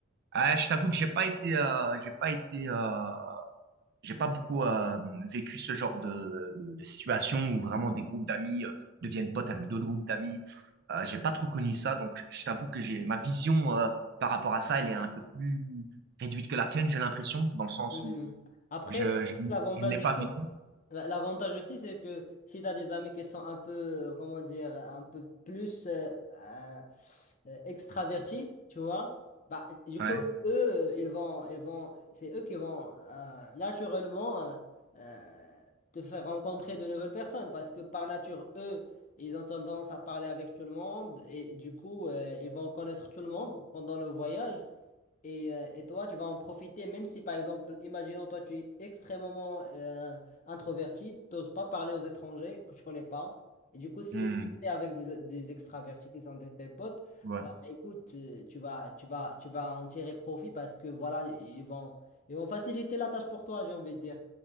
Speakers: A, on the right; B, on the left.
A: Ah, je t'avoue que j'ai pas été, euh, j'ai pas été, euh, j'ai pas beaucoup euh, vécu ce genre de, de, de situation où vraiment des groupes d'amis euh, deviennent potes avec d'autres groupes d'amis. Euh, j'ai pas trop connu ça, donc je je t'avoue que j'ai ma vision euh, par rapport à ça, elle est un peu plus réduite que la tienne, j'ai l'impression, dans le sens
B: Mhm.
A: où
B: Après,
A: Je, je,
B: l'avantage
A: je ne l'ai
B: aussi,
A: pas vécu.
B: La- L'avantage aussi, c'est que si tu as des amis qui sont un peu, euh, comment dire, un peu plus euh, euh, euh, extravertis, tu vois, bah, du
A: Ouais.
B: coup, eux, euh, ils vont, ils vont, c'est eux qui vont euh, naturellement euh, euh, te faire rencontrer de nouvelles personnes parce que par nature, eux, ils ont tendance à parler avec tout le monde et du coup, euh, ils vont connaître tout le monde pendant le voyage. Et, euh, et toi, tu vas en profiter, même si par exemple, imaginons toi, tu es extrêmement euh, introverti, tu n'oses pas parler aux étrangers que tu connais pas. Et du coup, c'est
A: Hmm.
B: c'est avec des, des extravertis qui sont tes, tes potes.
A: Ouais.
B: Bah écoute, euh, tu vas, tu vas, tu vas en tirer profit parce que voilà, ils vont, ils vont faciliter la tâche pour toi, j'ai envie de dire.